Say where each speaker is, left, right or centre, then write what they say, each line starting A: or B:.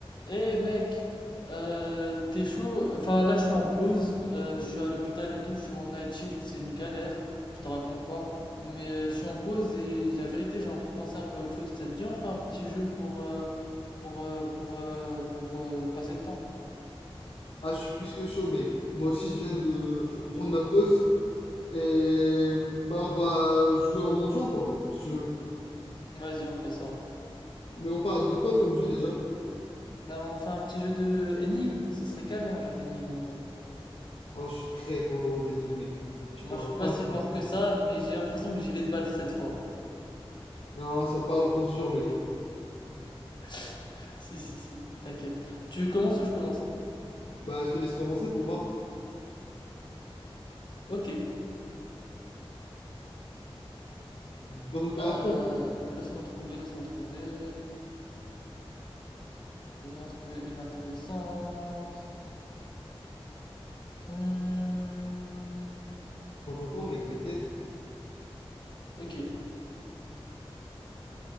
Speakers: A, on the left; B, on the left.
A: Eh mec, euh, t'es chaud? Enfin là je suis en pause, euh, je suis à l'hôpital et tout, je suis en night shift, c'est une galère, je te raconte pas. Mais euh, je suis en pause et la vérité j'ai envie de penser un peu à autre chose. Ça te dit on fait un petit jeu pour euh, pour euh, pour euh, pour euh, passer le temps?
B: Ah, je suis plus que chaud, mec. Moi aussi, je viens de prendre ma pause. Et bah, on va jouer en mangeant, quoi, si tu veux.
A: Vas-y on fait ça.
B: Mais on parle de quoi comme jeu déjà?
A: Ben, on fait un petit jeu de énigme, ce serait carré un jeu d'énigme en vrai.
B: Oh, je suis très fort aux énigmes, mec. Tu
A: Moi
B: pourras
A: je suis pas
B: pas
A: si fort
B: me battre.
A: que ça, mais j'ai l'impression que j'y vais te battre cette fois.
B: Non, ça pas autant sûr, mec.
A: <laughs> Si si si, t'inquiète. Tu commences ou je commence?
B: Bah, je te laisse commencer pour voir.
A: Ok.
B: Donne-toi
A: Euh,
B: à fond, quoi.
A: laisse-moi trouver, laisse-moi trouver. Laisse-moi trouver une intéressante. Hmm.
B: Prends ton temps, mec, t'inquiète.
A: Ok.